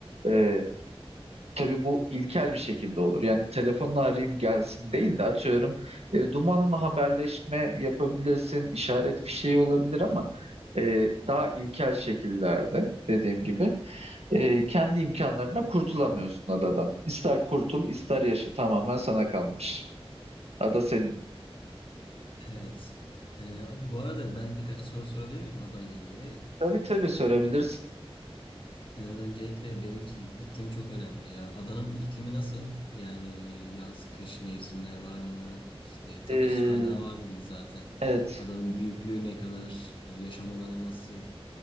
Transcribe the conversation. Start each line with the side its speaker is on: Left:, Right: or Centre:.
Right: e, tabii bu ilkel bir şekilde olur. Yani telefonla arayayım gelsin değil de atıyorum e, dumanla haberleşme yapabilirsin, işaret fişeği olabilir ama e, daha ilkel şekillerde dediğim gibi e, kendi imkanlarına kurtulamıyorsun adadan. İster kurtul, ister yaşa tamamen sana kalmış. Ada senin.
Left: Evet. Ee, bu arada ben birkaç soru sorabilir miyim ada ile ilgili?
Right: Tabii tabii sorabilirsin.
Left: Ee, öncelikle benim için iklim çok önemli ya. Adanın iklimi nasıl? Yani yaz, kış mevsimler var mı? İşte tatlı
Right: Ee,
Left: su kaynağı var dedin zaten.
Right: Evet.
Left: Adanın büyüklüğü ne kadar? Ee, yaşam alanı nasıl?